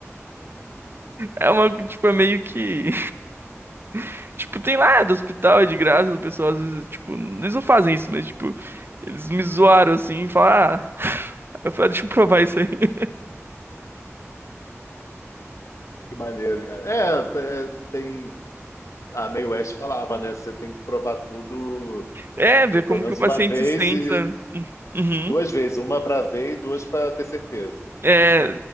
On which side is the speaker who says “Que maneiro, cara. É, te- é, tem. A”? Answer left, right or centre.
Left